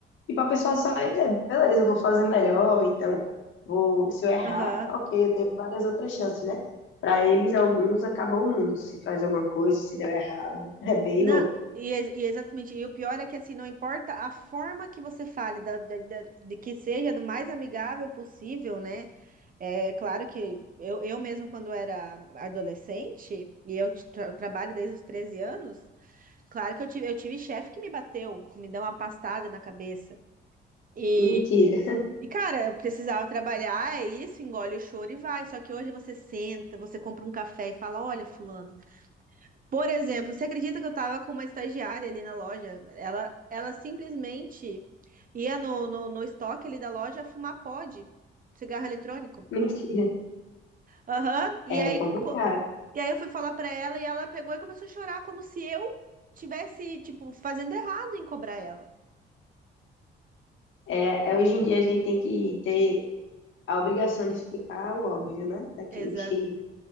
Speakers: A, on the left; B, on the right.
A: tipo, a pessoa só ia dizer, beleza, eu vou fazer melhor, então vou, se eu errar,
B: aham.
A: ok, eu tenho várias outras chances, né? Para eles, alguns, acabou o mundo se faz alguma coisa, se deu errado. <laughs> É bem
B: Não,
A: louco.
B: e, ex- e exatamente. E o pior é que assim, não importa a forma que você fale, da, da- da- de que seja do mais amigável possível, né? É claro que eu, eu mesmo, quando era adolescente, e eu tra- eu trabalho desde os 13 anos. Claro que eu tive, eu tive chefe que me bateu, que me deu uma pastada na cabeça. E,
A: Mentira,
B: e, cara, eu precisava trabalhar, é isso, engole o choro e vai. Só que hoje você senta, você compra um café e fala: Olha, fulano. Por exemplo, você acredita que eu tava com uma estagiária ali na loja? Ela, ela simplesmente ia no, no, no estoque ali da loja fumar pod, cigarro eletrônico.
A: <laughs> mentira.
B: Aham. E aí,
A: É complicado.
B: co- e aí eu fui falar pra ela e ela pegou e começou a chorar, como se eu tivesse, tipo, fazendo errado em cobrar ela.
A: É, é, hoje em dia a gente tem que ter a obrigação de explicar o óbvio, né? Daquilo
B: Exato.
A: que